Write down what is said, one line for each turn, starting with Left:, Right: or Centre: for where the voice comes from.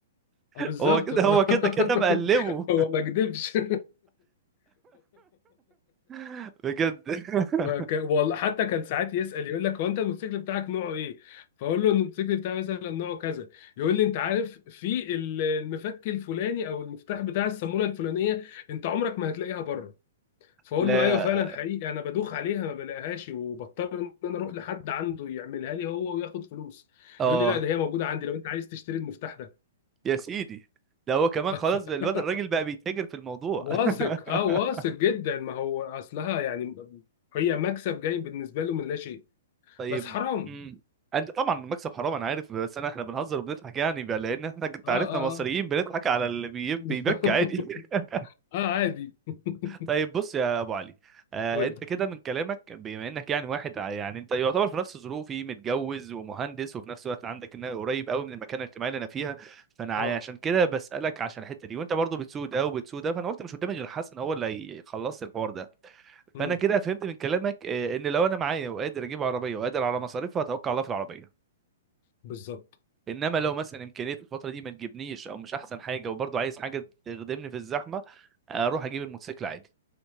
Right: <laughs>
Left: اه بالظبط
Right: هو كده
Left: <laughs>
Right: هو كده كده مقلبه
Left: هو ما كدبش <laughs>
Right: <laughs> بجد <laughs>
Left: فك... والله حتى كان ساعات يسأل يقول لك هو انت الموتوسيكل بتاعك نوعه ايه؟ فاقول له الموتوسيكل بتاعي مثلا نوعه كذا يقول لي انت عارف في ال- المفك الفلاني او المفتاح بتاع الصامولة الفلانية انت عمرك ما هتلاقيها بره فاقول
Right: لا
Left: له ايوه فعلا حقيقي انا بدوخ عليها ما بلاقيهاش وبضطر ان انا اروح لحد عنده يعملها لي هو وياخد فلوس
Right: اه
Left: يقول لي لا ده هي موجودة عندي لو انت عايز تشتري المفتاح ده
Right: يا سيدي ده هو كمان
Left: <laughs>
Right: خلاص بقى الواد الراجل بقى بيتاجر في الموضوع
Left: واثق
Right: <laughs>
Left: اه واثق جدا ما هو اصلها يعني هي مكسب جاي بالنسبه له من لا شيء
Right: طيب
Left: بس حرام
Right: امم انت طبعا المكسب حرام انا عارف بس انا احنا بنهزر وبنضحك يعني بقى لان احنا انت
Left: اه
Right: عارفنا
Left: اه
Right: مصريين
Left: اه
Right: بنضحك على اللي بي-
Left: <laughs>
Right: بيبكي عادي <laughs>
Left: اه عادي <laughs>
Right: طيب بص يا ابو علي آه
Left: قول
Right: انت كده من كلامك بما انك يعني واحد ع- يعني انت يعتبر في نفس ظروفي متجوز ومهندس وفي نفس الوقت عندك ان قريب قوي من المكان الاجتماعي اللي انا فيها فانا
Left: اه
Right: عا- عشان كده بسالك عشان الحته دي وانت برضو بتسود ده وبتسود ده فانا قلت مش قدامي غير حسن هو اللي هيخلص الحوار ده
Left: امم
Right: فانا كده فهمت من كلامك آه، ان لو انا معايا وقادر اجيب عربيه وقادر على مصاريفها اتوكل على الله في العربيه
Left: بالظبط
Right: انما لو مثلا امكانيه الفتره دي ما تجيبنيش او مش احسن حاجه وبرضه عايز حاجه تخدمني في الزحمه اروح اجيب الموتوسيكل عادي